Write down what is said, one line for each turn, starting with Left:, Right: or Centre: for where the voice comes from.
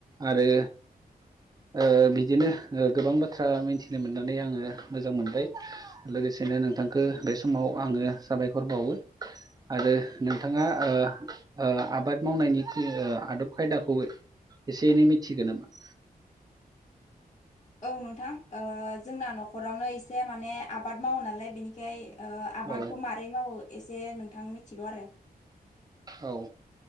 Right: आरो ओ बिदिनो गोबां बाथ्रा मिथिनो मोननानै आङो मोजां मोनबाय लोगोसेनो नोंथांखौ बे समाव आङो साबायखर बावो आरो नोंथाङा ओ ओ आबाद मावनायनि ओ आदब खायदाखौ एसे एनै मिथिगो नामा?
Left: औ नोंथां ओ जोंना न'खरावनो एसे माने आबाद मावो नालाय बेनिखाय ओ आबादखौ
Right: औ
Left: मारै मावो एसे नोंथां मिथिगौ आरो
Right: औ